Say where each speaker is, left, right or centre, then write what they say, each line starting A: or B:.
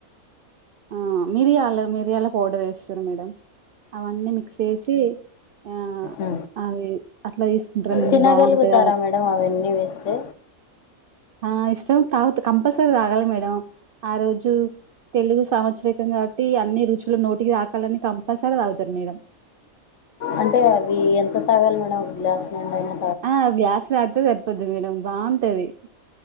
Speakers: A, on the right; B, on the left.
A: ఆ మిర్యాలు మిర్యాల పౌడర్ ఏస్తారు మేడం అవన్నీ మిక్స్ చేసి ఆ
B: ఉ
A: అది అట్లా తీసుకుంటారా మేడం
B: తినగల్గుతారా
A: బాగుంటది
B: మేడం మేడం అవన్నీ వేస్తే
A: ఆ ఇష్టం తాగుత కంపల్సరీ తగాలి మేడం ఆ రోజు తెలుగు సంవత్సర కం కాబట్టి అన్ని రుచులు నోట్కి తాకాలని కంపల్సరీ తావుతారు మేడం
B: అంటే అవి ఎంత తాగాలి మేడం ఒక గ్లాస్ నిండైనా
A: ఆ గ్లాస్ తాత్తే సరిపోద్ది మేడం బావుంటది